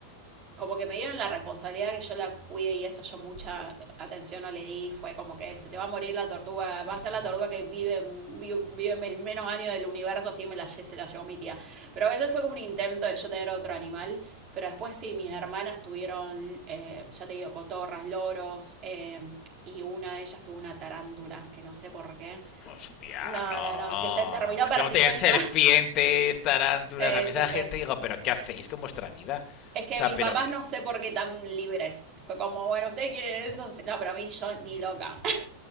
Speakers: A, on the right; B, on the left.
A: como que me dieron la responsabilidad que yo la cuide y eso yo mucha atención no le di, fue como que se te va a morir la tortuga, va a ser la tortuga que vive, vive, vive men- menos años del universo, así me la, lle- se la llevó mi tía. Pero a veces fue como un intento de yo tener otro animal, pero después sí, mis hermanas tuvieron, eh, ya te digo, cotorras, loros, eh, y una de ellas tuvo una tarántula, que no sé por qué.
B: Hostia,
A: No,
B: no.
A: no, no, que se terminó
B: Es
A: perdiendo.
B: como tener serpientes,
A: <laughs>
B: tarántulas.
A: Sí,
B: A mí
A: sí,
B: esa
A: sí.
B: gente digo, pero ¿qué hacéis con vuestra vida?
A: Es que
B: O sea,
A: mis
B: pero...
A: papás no sé por qué tan libres. Fue como, bueno, ¿ustedes quieren eso? Sí. No, pero a mí yo ni loca. <laughs>